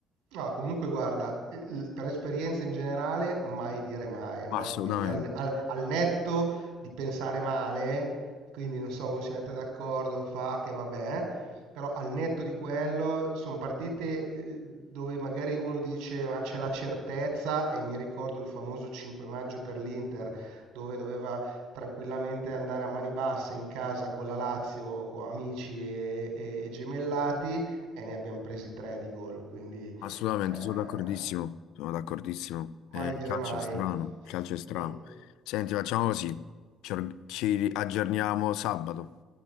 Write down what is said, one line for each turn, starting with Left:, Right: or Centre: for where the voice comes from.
Right: No, comunque guarda, eh, l- per esperienza in generale, mai dire mai, no?
Left: ma assolutamente,
Right: Quindi al, al- al netto di pensare male, quindi non so, uno si mette d'accordo, fa che vabbè, però al netto di quello sono partite eh, dove magari uno dice ma c'è la certezza e mi ricordo il famoso 5 maggio per l'Inter dove doveva tranquillamente andare a mani basse in casa con la Lazio, con amici e e- e gemellati e ne abbiamo presi tre di gol, quindi...
Left: assolutamente,
Right: Eh,
Left: sono d'accordissimo, sono d'accordissimo, Eh,
Right: mai
Left: il
Right: dire
Left: calcio
Right: mai.
Left: è strano, il calcio è strano.
Right: Mm.
Left: Senti, facciamo così, ci, or- ci aggiorniamo sabato,